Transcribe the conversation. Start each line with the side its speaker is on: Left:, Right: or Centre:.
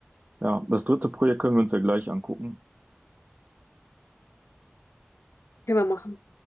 Right: Ja, das dritte Projekt können wir uns ja gleich angucken.
Left: Können wir machen.